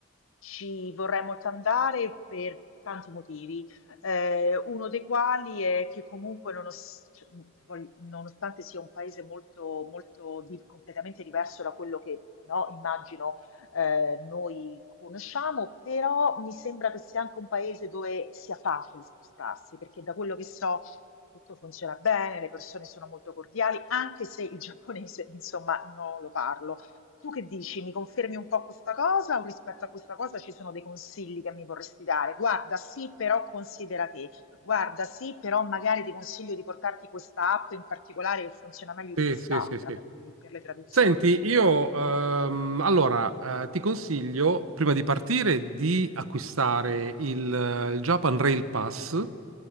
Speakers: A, on the left; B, on the right.
A: ci vorrei molto andare per tanti motivi eh, uno dei quali è che comunque nonos- cioè, mh, poi, nonostante sia un paese molto, molto di- completamente diverso da quello che no, immagino eh, noi conosciamo, però mi sembra che sia anche un paese dove sia facile spostarsi, perché da quello che so tutto funziona bene, le persone sono molto cordiali, anche se il giapponese, <laughs> insomma, non lo parlo. Tu che dici? Mi confermi un po' questa cosa o rispetto a questa cosa ci sono dei consigli che mi vorresti dare? Guarda, sì, però considera che, guarda, sì, però magari ti consiglio di portarti questa app in particolare che funziona meglio
B: Sì,
A: di quest'altra
B: sì, sì, sì.
A: per, per le traduzioni.
B: Senti, io ehm, allora eh, ti consiglio, prima di partire, di acquistare il, eh, il Japan Rail Pass,